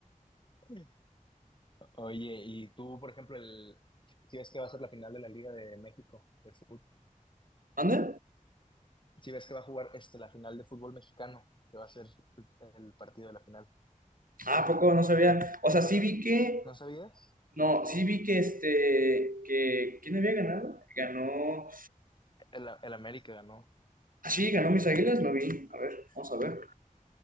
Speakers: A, on the left (about 35°); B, on the right (about 80°).
A: <laughs> Oye, y tú, por ejemplo, el, si ves que va a ser la final de la Liga de México de fútbol,
B: ¿Anda?
A: si ves que va a jugar este, la final de fútbol mexicano, que va a ser el, el partido de la final.
B: Ah, ¿a poco no sabía. O sea, sí vi que
A: ¿No sabías?
B: No, sí vi que este, que, ¿quién había ganado? Ganó,
A: El, el América ganó,
B: ah, sí, ganó mis Águilas, no vi, a ver, vamos a ver,